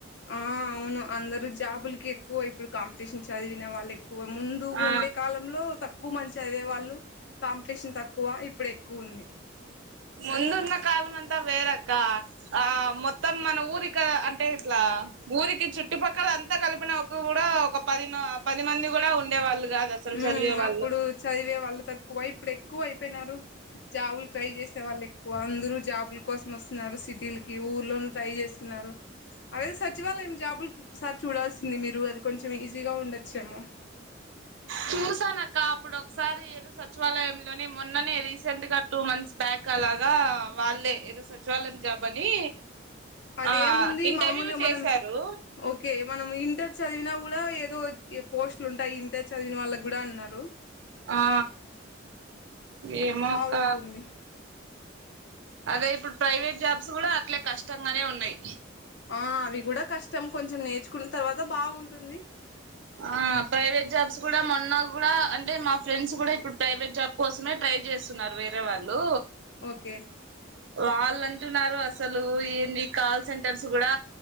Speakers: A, on the left; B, on the right.
A: ఆ అవును అందరు జాబులుకి ఎక్కువ ఇప్పుడు కాంపిటీషన్ చదివిన వాళ్ళే ఎక్కువే ముందు
B: ఆ
A: ఉండే కాలంలో తకు ఎక్కువ మంచి చదివే వాళ్ళు కాంపిటీషన్ తక్కువ ఇప్పుడు ఎక్కువుంది.
B: ముందున్న కాలం అంతా వేరక్క ఆ మొత్తం మన ఊరిక అంటే ఇట్లా ఊరికి చుట్టుపక్కల అంతా కలిపినక కూడా ఒక పది పది మంది కూడా ఉండేవాళ్ళు కాదు అసలు
A: ఉమ్మ్
B: చదివే వాళ్ళు
A: అప్పుడు చదివే వాళ్ళు తక్కువ ఇప్పుడు ఎక్కువ అయిపోయినారు జాబులు ట్రై చేసే వాళ్ళు ఎక్కువ అందరు జాబులు కోసం వస్తున్నారు సిటీలకి ఊర్లో ట్రై చేస్తున్నారు అదే సచివాలయం జాబులకి ఒకసారి చూడాల్సింది మీరు అది కొంచెం ఈజీగా ఉండచ్చేమో
B: చూసానక్క అప్పుడు ఒకసారి ఏదో సచివాలయంలోనే మొన్ననే రీసెంట్ గా టూ మంత్స్ బ్యా క్ అలాగా వాళ్ళే ఏదో సచివాలయం జాబ్ అని
A: అదేముంది
B: ఆ ఇంటర్వ్యూ
A: మామూలుగా
B: చేశారు
A: మనం ఓకే మనం ఇంటర్ చదివినా కూ కూడా ఏదో పోస్ట్లు ఉంటాయి ఇంటర్ చదివిన వాళ్ళ గూడా అన్నారు
B: ఆ ఏమో
A: బాగుంటుంది
B: అక్క అదే ఇప్పుడు ప్రైవేట్ జాబ్స్ కూడా అట్లే కష్టంగానే ఉన్నాయి
A: ఆ అవి కూడా కష్టం కొంచెం నేర్చుకున్న తర్వాత బాగుంటుంది
B: ఆ ప్రైవేట్ జాబ్స్ కూడా మొన్న కూడా అంటే మా ఫ్రెండ్స్ కూడా ఇప్పుడు ప్రైవేట్ జాబ్ కోసమే ట్రై చేస్తున్నారు వేరే వాళ్ళు
A: ఓకే
B: వాళ్ళు అంటున్నారు అసలు ఏంది కాల్ సెంటర్స్ కూడా